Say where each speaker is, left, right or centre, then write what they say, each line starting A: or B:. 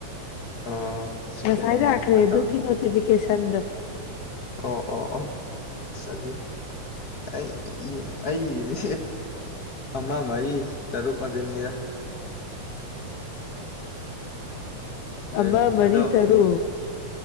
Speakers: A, on the left; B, on the left.
A: ꯑꯣ
B: ꯉꯁꯥꯏꯂꯥꯛꯈ꯭ꯔꯦ
A: ꯈꯦꯠꯅꯩꯌꯦ ꯃꯇꯝ
B: ꯑꯗꯨꯒꯤ ꯅꯣꯇꯤꯐꯤꯀꯦꯁꯟꯗ
A: ꯑꯣ ꯑꯣ ꯑꯣ ꯑꯗꯨꯗꯤ ꯑꯩ ꯑꯩꯗꯤ ꯑꯃ ꯃꯔꯤ ꯇꯔꯨꯛ ꯑꯗꯨꯅꯤꯗ ꯑꯗꯨꯅꯤ
B: ꯑꯃ ꯃꯔꯤ
A: ꯑꯗꯣ
B: ꯇꯔꯨꯛ